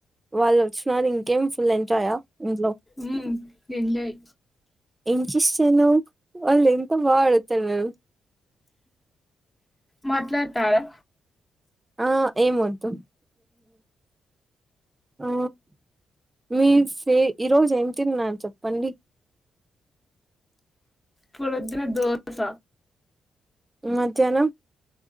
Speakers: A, on the right (about 20°); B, on the left (about 25°).
A: వాళ్ళు వచ్చినారు ఇంకేం ఫుల్ ఎంజాయ్ ఆ ఇంట్లో
B: ఉమ్ ఎంజాయ్
A: <unintelligible> టేనో వాళ్ ఎంత బా ఆడుతారు వె <unintelligible>
B: మాట్లాడతారా
A: ఆ ఏం వదు అ మీస్ ఏ ఈరోజు ఎం తిన్నాన్ చెప్పండి
B: పళ దిన దోస
A: మధ్యాహ్నం